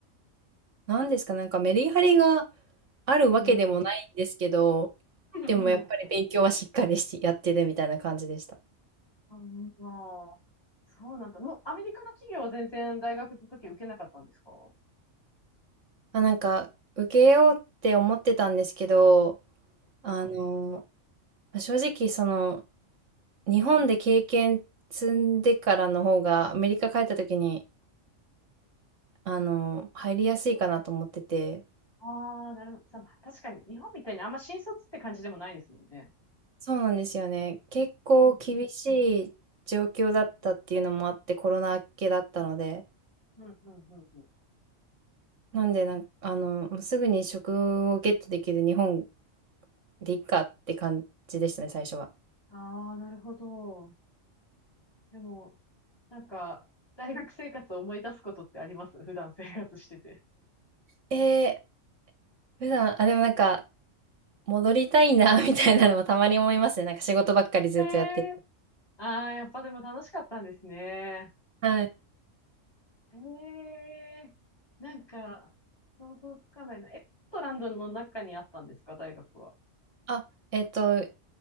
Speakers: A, on the right (about 70°); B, on the left (about 20°).
A: なんですか、なんかメリハリがあるわけでもないんですけど、
B: <laughs> うん。うん
A: でもやっぱり勉強はしっかりしてやってるみたいな感じでした。
B: うん、<laughs> まあ、そうなんだ。もう、アメリカの企業は全然大学の時受けなかったんですかは
A: あ、なんか、受けようって思ってたんですけど、あの、まあ正直、その、日本で経験積んでからの方が、アメリカ帰った時に、あの、入りやすいかなと思ってて、
B: ああ、なるほど。さまあ、確かに、日本みたいにあんま新卒って感じでもないですもんね。
A: そうなんですよね。結構厳しい状況だったっていうのもあって、
B: うん、うん。
A: コロナ明けだったので、
B: うん、うん、うん、うん。
A: なんでなんか、あの、もうすぐに職をゲットできる日本でいいかって感じでしたね、最初は。
B: ああ、なるほど。でも、なんか、大学生活を思い出すことってあります普段生活してて。
A: えー、普段、あ、でもなんか、戻りたいな、<laughs> みたいなのもたまに思いますね。なんか仕事ばっかりずっとやってる。
B: へえ。ああ、やっぱでも楽しかったんですね。
A: はい。
B: へえ。なんか、想像つかないな。え、ポートランドの中にあったんですか大学は。
A: あ、えっと、